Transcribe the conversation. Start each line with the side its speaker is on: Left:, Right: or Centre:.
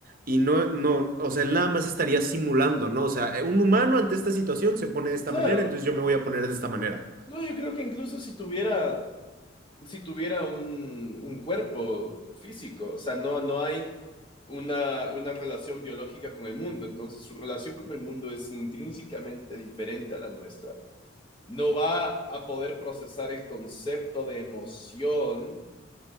Right: y no, no, o sea, él nada más estaría simulando, ¿no? O sea, eh, un humano ante esta situación se pone de esta
Left: Claro,
Right: manera, entonces yo me voy a poner de esta manera.
Left: no, yo creo que incluso si tuviera, si tuviera un, un cuerpo físico, o sea, no, no hay una, una relación biológica con el mundo. Entonces, su relación con el mundo es intrínsecamente diferente a la nuestra. No va a poder procesar el concepto de emoción